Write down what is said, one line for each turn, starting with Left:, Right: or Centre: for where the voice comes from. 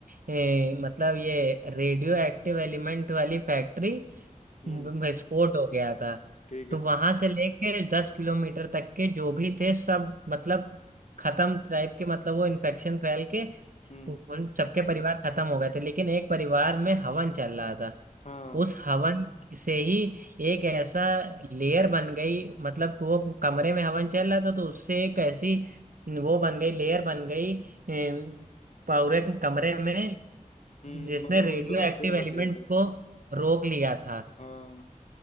Right: ए, मतलब ये रेडियो एक्टिव एलिमेंट वाली फैक्ट्री
Left: हम्म
Right: व- व- विस्फोट हो गया था
Left: ठीक है
Right: तो वहां से लेके दस किलोमीटर तक के जो भी थे सब मतलब खत्म टाइप के मतलब वो इन्फेक्शन फैल के
Left: हम्म
Right: उन सबके परिवार खत्म हो गए थे लेकिन एक परिवार में हवन चल रहा था
Left: हाँ
Right: उस हवन से ही एक ऐसा लेयर बन गई मतलब कि वो कमरे में हवन चल रहा था तो उससे एक ऐसी वो बन गई लेयर बन गई अम, पूरे कमरे में
Left: हम्म
Right: जिसने
Left: मतलब वो
Right: रेडियो
Left: लोग
Right: एक्टिव
Left: से बच
Right: एलिमेंट
Left: गए थे
Right: को रोक लिया था
Left: हाँ